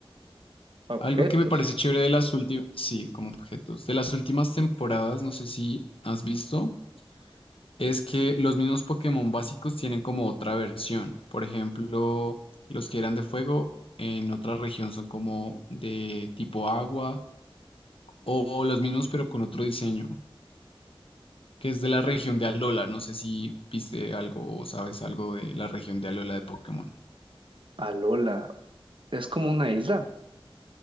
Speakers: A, on the right; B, on the left.
A: objetos,
B: Algo que me parece chévere de las últimas, sí, como objetos. De las últimas temporadas, no sé si has visto. es que los mismos Pokémon básicos tienen como otra versión. Por ejemplo, los que eran de fuego en otra región son como de tipo agua o los mismos pero con otro diseño, que es de la región de Alola. No sé si viste algo o sabes algo de la región de Alola de Pokémon.
A: Alola, es como una isla,